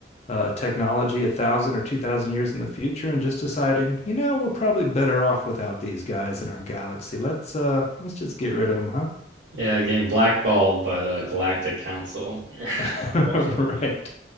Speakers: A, on the left (about 35°); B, on the right (about 75°).
A: uh, technology a thousand or two thousand years in the future, and just deciding, you know, we're probably better off without these guys in our galaxy. Let's uh, let's just get rid of them, huh?
B: Yeah, getting blackballed by the Galactic Council.
A: <laughs>
B: <laughs>
A: Right.